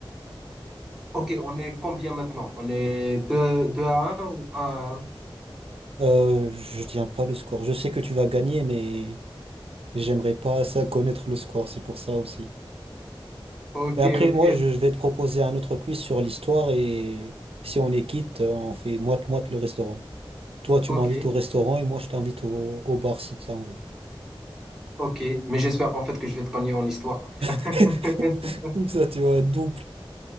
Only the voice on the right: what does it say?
Euh, je tiens pas le score. Je sais que tu vas gagner, mais j'aimerais pas ça connaître le score, c'est pour ça aussi.
Mais après,
moi, je je vais te proposer un autre quiz sur l'histoire et si on est quitte, on fait moite-moite le restaurant. Toi, tu
m'invites au restaurant et moi, je t'invite au, au bar si tu as envie.
<laughs>
Comme ça, tu vois, double.